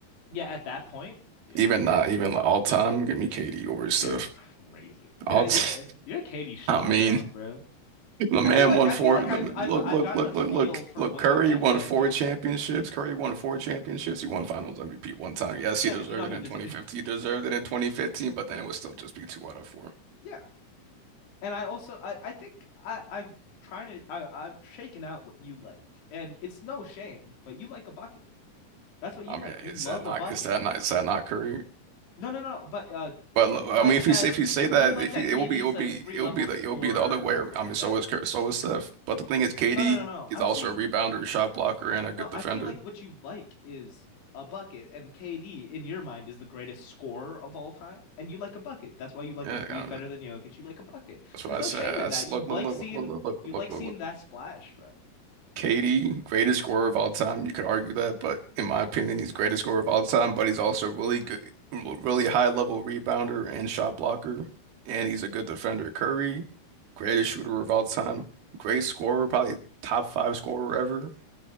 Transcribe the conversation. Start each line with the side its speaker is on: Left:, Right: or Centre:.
Left: yeah, at that point, yeah.
Right: Even not even like all time. Give me KD over his
Left: You're
Right: stuff.
Left: crazy. Yeah,
Right: All
Left: you're
Right: t
Left: you're Katie
Right: <laughs>
Left: Schlob,
Right: I mean,
Left: now, bro.
Right: the man
Left: I feel like
Right: won
Left: I
Right: four.
Left: feel like
Right: The,
Left: I've
Right: look,
Left: I've I've
Right: look,
Left: gotten
Right: look,
Left: a feel
Right: look, look,
Left: for
Right: look.
Left: what
Right: Curry
Left: you like
Right: won
Left: in an
Right: four
Left: NBA
Right: championships.
Left: player.
Right: Curry won four championships. He won Finals MVP one time. Yes,
Left: Yeah,
Right: he deserved
Left: but you know he
Right: it in
Left: does
Right: 2015.
Left: it. <laughs>
Right: He deserved
Left: Yeah.
Right: it in 2015, but then it would still just be two out of four.
Left: Yeah. And I also I, I think I, I've trying to I, I've shaken out what you like. And it's no shame, but you like a bucket. That's what you
Right: I mean,
Left: like. You
Right: is
Left: love
Right: that not
Left: a bucket.
Right: is that not is that not Curry?
Left: No, no, no. But uh, uh,
Right: But l-
Left: you
Right: I
Left: like
Right: mean, if
Left: that
Right: you say if you
Left: you
Right: say that,
Left: you like
Right: if
Left: that
Right: you,
Left: KD's
Right: it will be it will
Left: a
Right: be
Left: three
Right: it
Left: level
Right: will be the
Left: score
Right: it will be the other way.
Left: and stuff
Right: I
Left: like
Right: mean, so
Left: that.
Right: is Kurt, so is Steph. But the thing is, KD
Left: No, no, no, no.
Right: is
Left: I'm
Right: also
Left: saying
Right: a rebounder, shot blocker, and a
Left: No,
Right: good defender.
Left: I feel like what you like is a bucket, and KD in your mind is the greatest scorer of all time, and you like a bucket. That's why you like
Right: Yeah,
Left: Embiid
Right: I mean,
Left: better than Jokic. You like a bucket.
Right: that's
Left: There's
Right: what I
Left: no
Right: said.
Left: shame
Right: I
Left: in that.
Right: s
Left: You
Right: look,
Left: like
Right: look, look,
Left: seeing
Right: look, look, look, look,
Left: you
Right: look,
Left: like
Right: look.
Left: seeing
Right: look.
Left: that splash, bro.
Right: KD, greatest scorer of all time. You could argue that, but in my opinion, he's greatest scorer of all time. But he's also really good, really high level rebounder and shot blocker, and he's a good defender. Curry, greatest shooter of all time, great scorer, probably top five scorer ever.